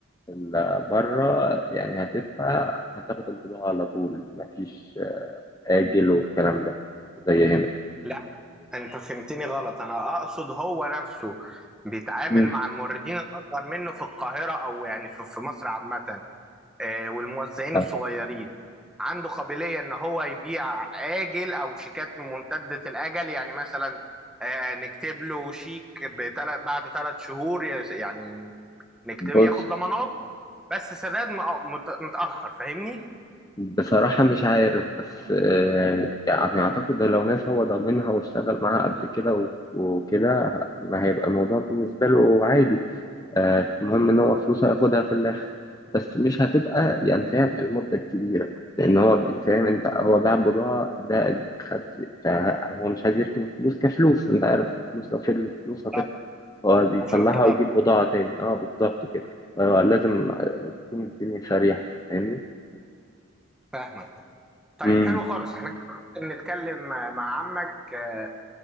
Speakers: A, on the left; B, in the centre.
A: ال- بره يعني هتدفع هتاخد البضاعة على طول مفيش آه، آجل والكلام ده زي هنا
B: لا انت فهمتني غلط انا اقصد هو نفسه بيتعامل
A: مم.
B: مع الموردين الاصغر منه في القاهرة او يعني في في مصر عامة آه، والموزعين
A: آه،
B: الصغيرين عنده قابلية ان هو يبيع آجل او شيكات ممتدة الاجل يعني مثلا آه، نكتب له شيك بتل- بعد ثلاث شهور يعني نكتب
A: بص
B: ياخد ضماناته بس سداد مأ- مت- متأخر فاهمني؟
A: بصراحة مش عارف بس آه، يعني أعتقد لو ناس هو ضامنها واشتغل معاها قبل كده و- وكده ما هيبقى الموضوع بالنسبة له عادي آه، المهم إن هو فلوسه هياخدها في الآخر بس مش هتبقى يعني فاهم المدة الكبيرة لأن هو بي- فاهم أنت هو باع بضاعة ده خد في- فهو مش عايز يركن الفلوس كفلوس أنت عارف الفلوس لو فضلت فلوس هتخسر
B: طبعا
A: هو
B: طبعاً،
A: بيطلعها
B: عشان التضخم
A: ويجيب بضاعة تاني أه بالظبط كده فهو لازم تكون الدنيا سريعة فاهمني؟
B: فاهمك طيب
A: مم.
B: حلو خالص احنا كده ممكن نتكلم مع مع عمك آه،